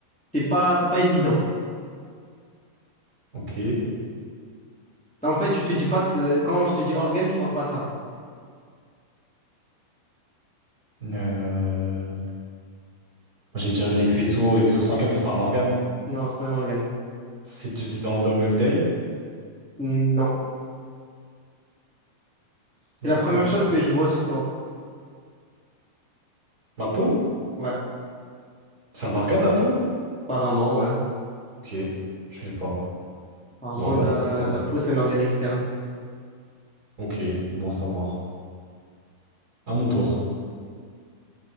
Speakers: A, in the centre; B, on the right.
A: C'est pas, c'est pas évident.
B: Ok. Euh...
A: En fait, tu te dis pas, c'est- quand je te dis organe, tu penses pas à ça.
B: moi, J'allais dire les faisceaux et vaisseaux sanguins, mais c'est pas un organe.
A: Non, c'est pas un organe.
B: C'est c'est dans, dans le même DEL?
A: Non. C'est
B: Un organe.
A: la première chose que je vois sur toi.
B: Ma peau?
A: Ouais,
B: C'est un organe, la peau?
A: apparemment, ouais.
B: Ok, je savais pas.
A: Apparemment,
B: Bon, bah,
A: la,
B: voilà.
A: la peau, c'est un organe externe.
B: ok, bon, à savoir. À mon tour.